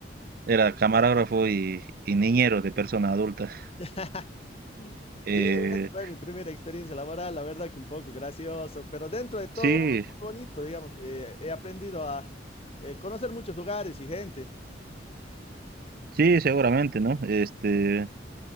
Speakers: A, on the right (about 50°); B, on the left (about 35°).
A: era camarógrafo y, y niñero de persona adulta.
B: <laughs>
A: Eh,
B: Sí, esa fue mi primera experiencia laboral, la verdad que un poco gracioso, pero dentro de todo,
A: sí,
B: muy bonito, digamos. Eh, he aprendido a eh, conocer muchos lugares y gente.
A: sí, seguramente, ¿no? Este,